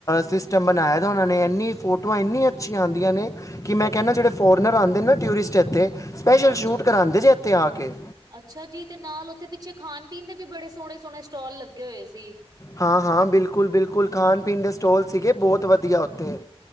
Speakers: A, on the left; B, on the right.
A: ਸਿਸਟਮ ਬਣਾਏ ਦਾ ਉਹਨਾਂ ਨੇ, ਇੰਨੀ ਫੋਟੋਆਂ ਇੰਨੀਆਂ ਅੱਛੀਆਂ ਆਉਂਦੀਆਂ ਨੇ, ਕਿ ਮੈਂ ਕਹਿੰਦਾ ਜਿਹੜੇ ਫੋਰਨਰ ਆਉਂਦੇ ਨਾ ਟੂਰਿਸਟ ਇੱਥੇ, ਸਪੈਸ਼ਲ
B: ਅੱਛਾ
A: ਸ਼ੂਟ
B: ਅੱਛਾ
A: ਕਰਵਾਉਂਦੇ ਜੇ, ਇੱਥੇ ਆ ਕੇ।
B: ਅੱਛਾ ਜੀ, ਤੇ ਨਾਲ ਉੱਥੇ ਪਿੱਛੇ ਖਾਣ ਪੀਣ ਦੇ ਵੀ ਬੜੇ ਸੋਹਣੇ ਸੋਹਣੇ ਸਟਾਲ ਲੱਗੇ ਹੋਏ ਸੀ।
A: ਹਾਂ ਹਾਂ ਬਿਲਕੁਲ ਬਿਲਕੁਲ ਖਾਣ ਪੀਣ ਦੇ ਸਟੋਲ ਸੀਗੇ, ਬਹੁਤ ਵਧੀਆ ਉੱਥੇ।